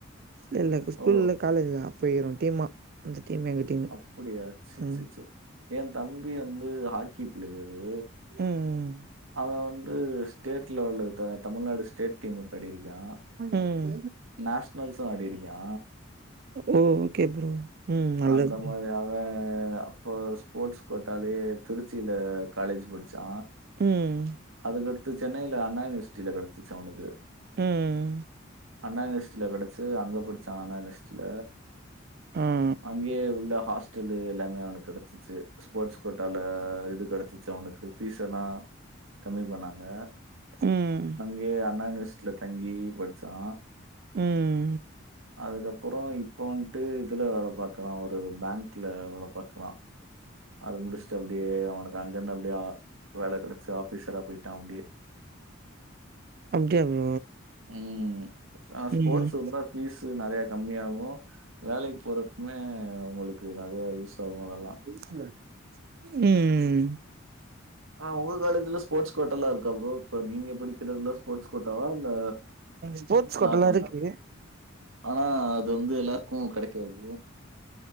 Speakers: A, on the right; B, on the right.
A: இல்ல இல்ல ஸ்கூல்ல
B: ஓ!
A: காலேஜ்ல போயிருகிறோ டீமா அந்த டீம் எங்க டீமு
B: அப்டியா செர்
A: ம்
B: செர் செர் ஏ தம்பி வந்து ஹ க்கி பிளேயரு
A: ம்
B: அவ வந்து ஸ்டேட் லெவல் தமிழ்நாடு ஸ்டேட் டீம்க்கு ஆடிருக்கா
A: ம்
B: நேஷ் ஷ்னல்சு ஆடிருக்கா
A: ஓ ஓகே ப்ரோ ம் நல்லது
B: அந்த
A: ப்ரோ
B: மாரி அவ அப்போ ஸ்போர்ட்ஸ் கோட்டாலே திருச்சியில காலேஜ் படிச்சா
A: ம்
B: அதுக்கடுத்து சென்னையில அண்ணா யுனிவர்சிட்டியில கெடச்சுச்சு அவனுக்கு
A: ம்
B: அண்ணா யுனிவசிட்டில கெடச்சி அங்க படிச்சா அண்ணா யுனிவசிட்டில
A: ம்
B: அங்கயே உள்ள ஹாஸ்டல்லு எல்லாமே அவனுக்கு கெடச்சிச்சு ஸ்போர்ட்ஸ் கோட்டால இது கெடச்சிச்சு அவனுக்கு ஃபீஸ் எல்லா கம்மி பண்ணாங்க
A: ம்
B: அங்கயே அண்ணா யுனிவர்சிட்டில தங்கி படுச்சோ
A: ம்
B: அதுக்கப்பறோ இப்போ வன்ட்டு இதுல வேல பாக்குறா ஒரு பேங்க்ல வேல பாக்குறா அது முடுஸ்ட்டு அப்டியே அவனுக்கு அங்க இருந்து அப்டியே ஆ வேல கெடச்சு ஆபீசரா பொயிட்டா அப்டியே
A: அப்டியா ப்ரோ
B: ம் ஆ ஸ்போர்ட்ஸ்
A: ம்
B: இருந்தா ஃபீஸ் நெறையா கம்மியாகு வேலைக்கு போற க்குமே உங்களுக்கு நெறையா யூஸ் ஆகு அதல்லா
A: ம் ம் ம்
B: ஆ உங்க காலேஜ்ல ஸ்போர்ட்ஸ் கோட்டால்லா இருக்கா ப்ரோ இப்போ நீங்க படிக்க கிறதுல்லா ஸ்போர்ட்ஸ் கோட்டாவா இல்ல
A: ஸ்போர்ட்ஸ் கோட்டாலா
B: நார்மல்தா
A: இருக்கு
B: ஆனா அது வந்து எல்லாருக்கு கெடைக்காது